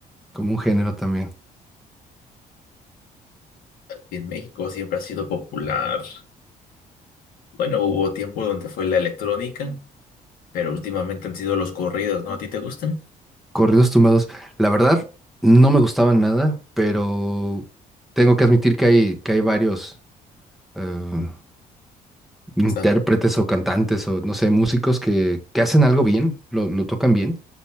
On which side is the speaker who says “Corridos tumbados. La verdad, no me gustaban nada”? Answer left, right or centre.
Centre